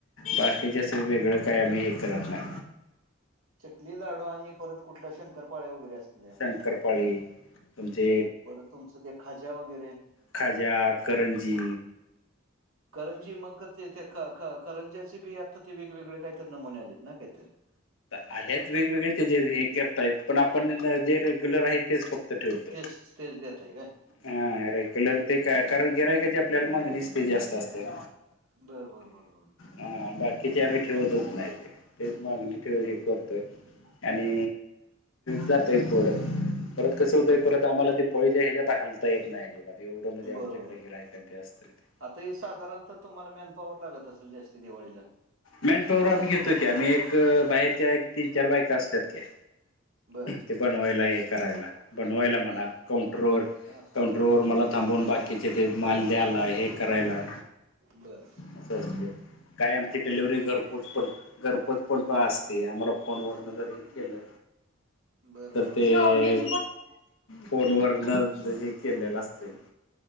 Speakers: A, on the left; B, on the right.
A: बाकी जे असं वेगळं काय आम्ही हे करत नाय.
B: चकली लाडू आणि परत कुठल्या शंकरपाळ्या वगैरे असतील्या?
A: शंकरपाळी तुमचे
B: परत तुमचं ते खाज्या वगैरे?
A: खाजा, करंजी
B: करंजी मग ते ते क क -करंजीचे बी आता ते वेगवेगळे काहीतर नमुने आलेत ना कायतर?
A: आल्यात वेगवेगळे त्या हे करतायत, पण आपण जे रेग्युलर आहेत तेच फक्त ठेवतोय.
B: तेच तेच देताय काय?
A: हा रेग्युलर ते
B: बर
A: काय कारण गिरायकाची का आपल्याला मागणीच ते जास्त असत्या.
B: बर बर बर बर.
A: हा बाकीचे आम्ही ठेवतच नाही ते. तेच मागणी ठेव
B: बर
A: हे करतोय. आणि जातय थोडं. परत कसं होतय परत
B: मग
A: आम्हाला ते दापोलीच्या हेज्यात हालता येत नाही अजिबात एवढं म्हजे आमच्याकडे
B: बरोबर.
A: गिरायक ते असत्याती.
B: आता हे साधारणता तुम्हाला मॅनपाॉवर लागत असेल जास्ती दिवाळीला.
A: मॅन पॉवर आम्ही घेतो की, आम्ही एक बाहेरच्या तीन चार बायका असत्यात की.
B: बर
A: ते बनवायला हे करायला. बनवायला म्हणा,
B: बर
A: काउंटरवर
B: हा हा
A: काउंटरवर मला थांबून बाकीचे ते माल द्याला, हे करायला.
B: बरं.
A: अस असतय. काय आमची डिलिव्हरी घरपोच पण, घरपोच पण असते. आम्हाला फोन वर्ण जर हे केलं,
B: बर
A: तर
B: बर
A: ते
B: बर
A: फोन वर्ण हे केलेलं असतय.